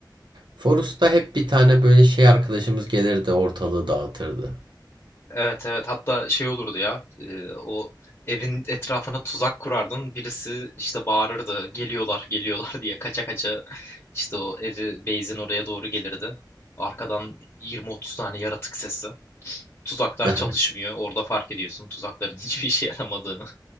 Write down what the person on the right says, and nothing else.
Forus'ta hep bir tane böyle şey arkadaşımız gelirdi ortalığı dağıtırdı.
<laughs>